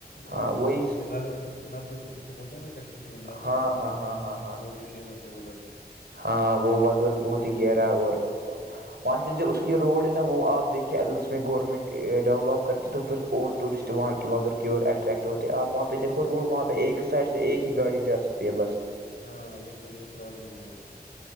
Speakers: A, on the right; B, on the left.
A: ہاں
B: اور
A: وہی
B: وہ ہوتے نظر ندر اس کو بولتے ہیں نا کشمیری میں ندر
A: ہاں ہاں
B: مج
A: ہاں ہاں ہاں
B: وہ بھی فیمس ہے ولر کیی
A: ہاں وہ ولر بہت ہی گہرا اور وہاں سے جو اس کی روڈ ہے نا وہ آپ دیکھیے اگر اس میں گورنمنٹ ڈیولپ کرتی تو پھر اور ٹورسٹ وہاں کے والر کی اور اٹریکٹ ہوتے ہیں آپ وہاں پہ دھو روڈ وہاں پہ ایک ہی سائڈ سے ایک ہی گاڑی جا سک بے بس
B: ہاں یہ تو یہ پرابلم ہے وہاں پہ